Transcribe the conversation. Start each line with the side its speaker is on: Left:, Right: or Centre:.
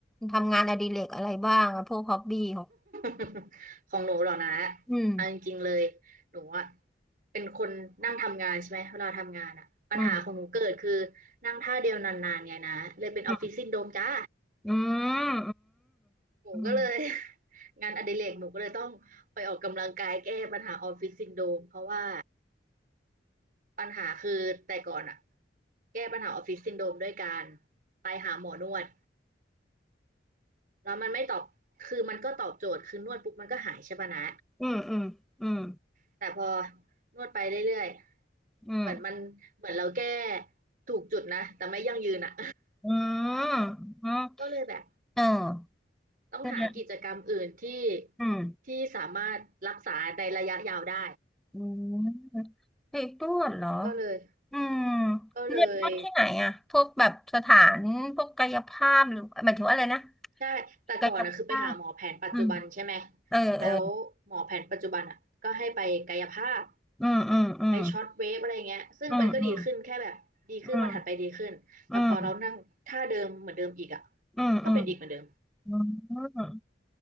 Centre: ทำงานอดิเรกอะไรบ้างอ่ะพวกฮอบบี้ของ
Right: <laughs> ของหนูเหรอนะ
Centre: อืม
Right: เอาจริงๆเลยหนูอะเป็นคนนั่งทำงานใช่ไหมเวลาทำงานอะปัญหาของหนูเกิดคือ
Centre: อืม
Right: นั่งท่าเดียวนานๆไงนะเลยเป็นออฟฟิศซินโดรมจ้า
Centre: อืมอืม
Right: หนูก็เลย
Centre: อืม
Right: <laughs> งานอดิเรกหนูก็เลยต้องไปออกกำลังกายแก้ปัญหาออฟฟิศซินโดรมเพราะว่าปัญหาคือแต่ก่อนอะแก้ปัญหาออฟฟิศซินโดรมด้วยการไปหาหมอนวด แล้วมันไม่ตอบ คือมันก็ตอบโจทย์ คือนวดปุ๊บมันก็หายใช่ปะนะ
Centre: อืมอืมอืม
Right: แต่พอนวดไปเรื่อยๆเหมือนมันเหมือนเราแก้
Centre: อืม
Right: ถูกจุดนะ แต่ไม่ยั่งยืนอ่ะ
Centre: อืมอืม
Right: <laughs> ก็เลยแบบ
Centre: อืม
Right: ต้องหากิจกรรมอื่นที่
Centre: อืมอืมอืม
Right: ที่สามารถรักษาในระยะยาวได้
Centre: อืมไปนวดเหรอ
Right: ก็เลย
Centre: อืม
Right: ก็เลย
Centre: นวดนวดที่ไหนอ่ะพวกแบบสถานพวกกายภาพหรือหมายถึงว่าอะไรนะ
Right: ใช่แต่ก่อนนะคือไปหาหมอแผนปัจจุบันใช่ไหม
Centre: กายภาพอืมเออเออ
Right: แล้วหมอแผนปัจจุบันอ่ะก็ให้ไปกายภาพ
Centre: อืมอืมอืม
Right: ไปช็อตเวฟอะไรเงี้ยซึ่งมันก็ดีขึ้นแค่แบบดีขึ้นวันถัดไปดีขึ้นแต่พอเรานั่งท่าเดิมเหมือนเดิมอีกอ่ะ
Centre: อืมอืมอืมอืมอืมอืม
Right: ก็เป็นอีกเหมือนเดิม
Centre: อืมอื